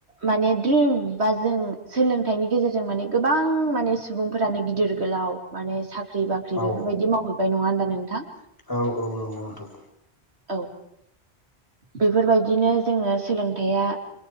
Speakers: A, on the right; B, on the left.
A: माने द्रिम बा जों सोलोंथाइनि गेजेरजों माने गोबां माने सुबुंफोरानो गिदिर गोलाव माने साख्रि बाख्रि
B: औ
A: बेफोरबायदि
B: औ
A: मावहैबाय नङा होनबा नोंथां
B: औ औ नंगौ नोंथां।
A: औ बेफोरबायदिनो जोङो सोलोंथाइया